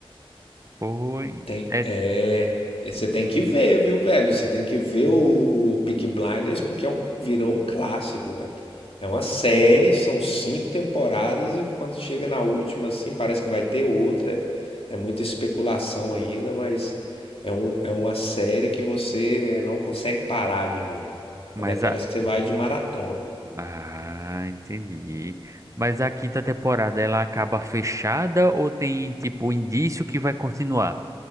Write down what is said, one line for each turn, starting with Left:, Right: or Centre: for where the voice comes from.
Right: Foi.
Left: Tem,
Right: É,
Left: é, e você tem que ver, viu, velho? Você tem que ver o, o Peaky Blinders porque é um, virou um clássico, velho. É uma série, são cinco temporadas e quando chega na última, assim, parece que vai ter outra. É muita especulação ainda, mas é, um, é uma série que você não consegue parar de ver.
Right: mas
Left: É daquelas
Right: a.
Left: que você vai de maratona.
Right: Ah, entendi. Mas a quinta temporada ela acaba fechada ou tem, tipo, indício que vai continuar?